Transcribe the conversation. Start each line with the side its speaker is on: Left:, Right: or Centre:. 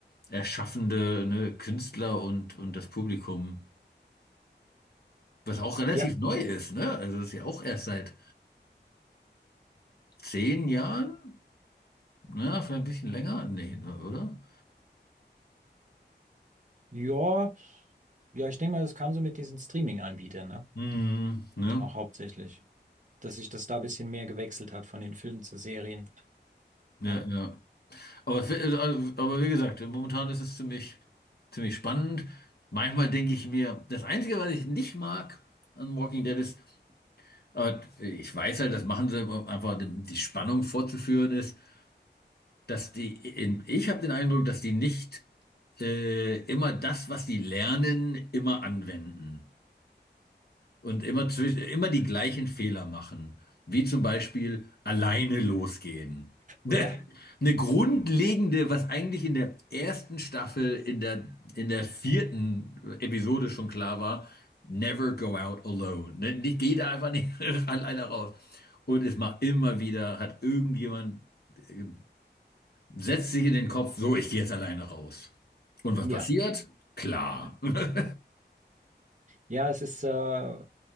Left: erschaffende, ne, Künstler und, und das Publikum. Was auch relativ
Right: Ja.
Left: neu ist, ne? Also das ist ja auch erst seit zehn Jahren, ja, vielleicht ein bisschen länger, nee, ne, oder?
Right: Ja, Ja, ich denke mal, das kam so mit diesen Streaming-Anbietern, ne?
Left: Hm, ne?
Right: Auch hauptsächlich. Dass sich das da ein bisschen mehr gewechselt hat von den Filmen zu Serien.
Left: Ja,
Right: Ja.
Left: ja, Aber, fe- also- aber wie gesagt, momentan ist es ziemlich, ziemlich spannend. Manchmal denke ich mir, das Einzige, was ich nicht mag an Walking Dead ist, äh, ich weiß halt, das machen sie, um einfach die die Spannung vorzuführen ist, dass die, in, ich habe den Eindruck, dass die nicht äh, immer das, was die lernen, immer anwenden und immer, zwischen, immer die gleichen Fehler machen. Wie zum Beispiel alleine losgehen. <laughs>
Right: Ja.
Left: Eine grundlegende, was eigentlich in der ersten Staffel, in der, in der vierten Episode schon klar war, never go out alone. Ne? Nicht, geh da einfach nicht <laughs> alleine raus. Und es macht immer wieder, hat irgendjemand, äh, setzt sich in den Kopf, so, ich gehe jetzt alleine raus. Und was
Right: Ja,
Left: passiert? Klar.
Right: ja.
Left: <laughs>
Right: Ja, es ist, äh,